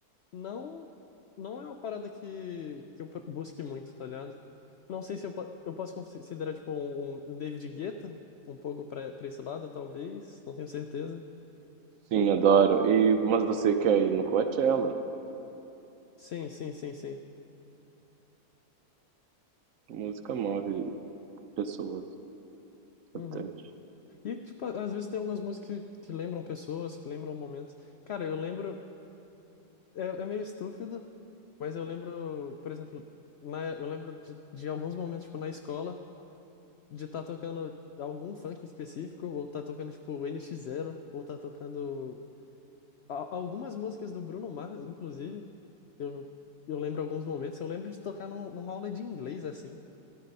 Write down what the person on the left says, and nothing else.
não, não é uma parada que, que eu pro- busque muito, tá ligado? Não sei se eu, po- eu posso considerar, tipo, um, um um David Guetta, um pouco pra, pra esse lado, talvez, não tenho certeza.
Sim, sim, sim, sim.
Uhum.
E, tipo, às vezes tem algumas músicas que, que lembram pessoas, que lembram momentos. Cara, eu lembro. É, é meio estúpido, mas eu lembro, por exemplo, na, eu lembro de, de alguns momentos, tipo, na escola, de estar tocando algum funk específico, ou tá tocando, tipo, o NX Zero, ou tá tocando a- algumas músicas do Bruno Mars, inclusive. Eu, eu lembro alguns momentos. Eu lembro de tocar num, numa aula de inglês, assim,